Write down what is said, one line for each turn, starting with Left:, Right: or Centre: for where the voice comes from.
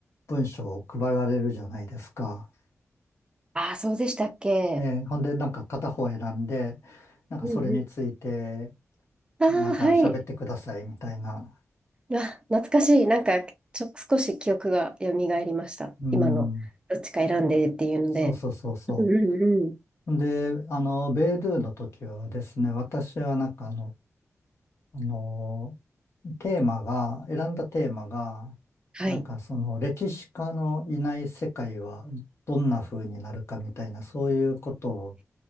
Left: 文章を配られるじゃないですか。
Right: ああ、そうでしたっけ。
Left: えーほんでなんか片方選んで、なんかそれについて
Right: うんうん。ああ、
Left: なんか喋ってくださいみたいな。
Right: はい。あ、懐かしい。なんか、ちょ、少し記憶が蘇りました。
Left: うん。
Right: 今の、どっちか選んでっていうので。
Left: そうそうそうそ
Right: うんうんうん。
Left: う。で、あの、ベイドゥの時はですね、私はなんかあの、あの、テーマが、選んだテーマが、
Right: はい。
Left: なんかその歴史家のいない世界はどんな風になるかみたいな、そういうことを、